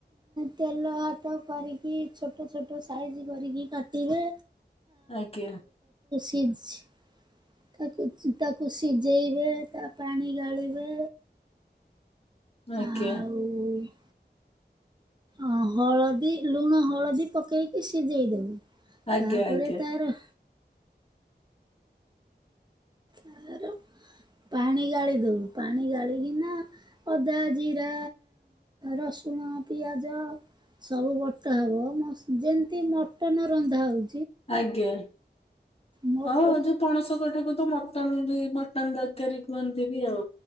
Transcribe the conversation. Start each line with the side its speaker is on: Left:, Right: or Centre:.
Right: ତେଲ ହାତ କରିକି ଛୋଟ ଛୋଟ ସାଇଜ କରିକି କାଟିବେ।
Left: ଆଜ୍ଞା।
Right: ସିଝି ତାକୁ ତାକୁ ସିଝେଇବେ ତା ପାଣି ଗାଳିବେ।
Left: ଆଜ୍ଞା।
Right: ଆଉ ଅ ହଳଦୀ ଲୁଣ ହଳଦୀ ପକେଇକି ସିଜେଇଦବୁ।
Left: ଆଜ୍ଞା
Right: ତାପରେ
Left: ଆଜ୍ଞା
Right: ତାର ତାର ପାଣି ଗାଳିଦବୁ ପାଣି ଗାଳିିକିନା ଆଦା ଜିରା, ରସୁଣ, ପିଆଜ ସବୁ ବଟା ହବ ମ ଯେମତି ମଟନ ରନ୍ଧା ହଉ
Left: ଆଜ୍ଞା
Right: ମଟନ
Left: ହଉ ଯୋଉ ପଣସ କଠାକୁ ତ ମଟନ ବି ମଟନ ତରକାରୀ କୁହନ୍ତି ବି ଆଉ।